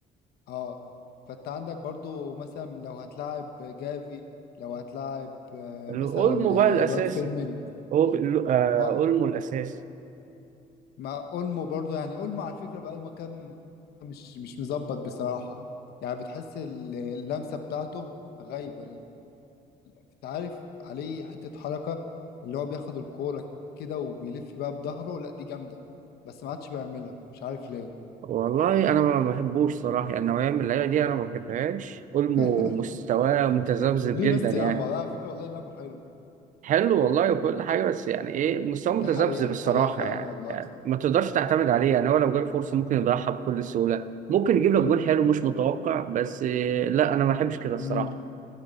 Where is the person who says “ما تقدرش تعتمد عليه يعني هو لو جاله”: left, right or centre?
Right